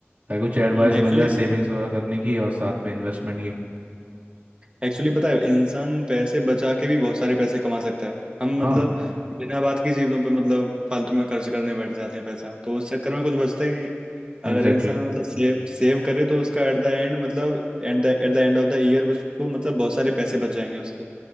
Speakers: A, on the right (about 40°); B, on the right (about 20°).
A: अगर कुछ एडवाइस
B: हम्म एक्चुअली
A: मिल जाए सेविंग्स वगैरह करने की और साथ में इन्वेस्टमेंट की
B: एक्चुअली पता है इंसान पैसे बचा के भी बहुत सारे पैसे कमा सकता है हम
A: हाँ
B: मतलब बिना बात की चीजों पे मतलब फालतू में खर्च करने बैठ जाते हैं पैसा तो उस चक्कर में कुछ बचता ही नहीं अगर
A: एग्जैक्टली
B: इंसान मतलब सेव सेव करे तो उसका एट द एंड मतलब at the एट द end of the year उसको मतलब बहुत सारे पैसे बच जाएंगे उसके